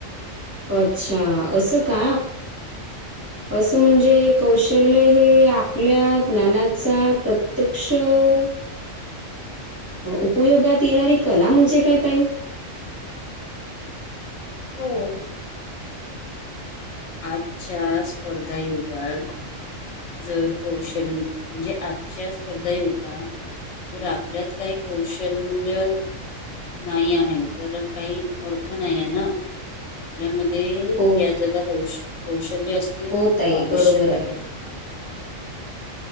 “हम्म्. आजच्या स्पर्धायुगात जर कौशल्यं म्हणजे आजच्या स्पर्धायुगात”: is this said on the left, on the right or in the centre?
Left